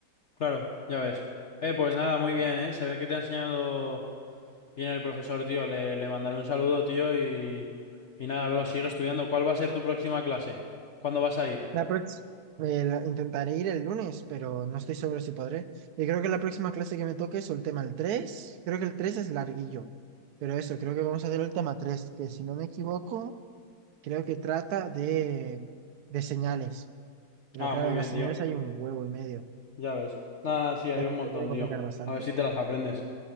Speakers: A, on the left; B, on the right.
A: Claro, ya ves. Eh, pues nada, muy
B: Ah,
A: bien, ¿eh? Se ve que te ha enseñado bien el profesor, tío. Le, le mandaré un saludo, tío, y, y nada, bro, sigue estudiando. ¿Cuál va a ser tu próxima clase? ¿Cuándo vas a ir?
B: La próxima, intentaré ir el lunes, pero no estoy seguro si podré. Y creo que la próxima clase que me toque es el tema el 3. Creo que el 3 es larguillo, pero eso, creo que vamos a hacer el tema 3, que si no me equivoco, creo que trata de, de señales. Pero
A: Ah,
B: claro,
A: muy
B: las
A: bien,
B: señales
A: tío.
B: hay un huevo y medio.
A: Ya ves. Nada, nada, sí, hay
B: Y así
A: un montón,
B: se puede complicar
A: tío.
B: bastante.
A: A ver si te las aprendes.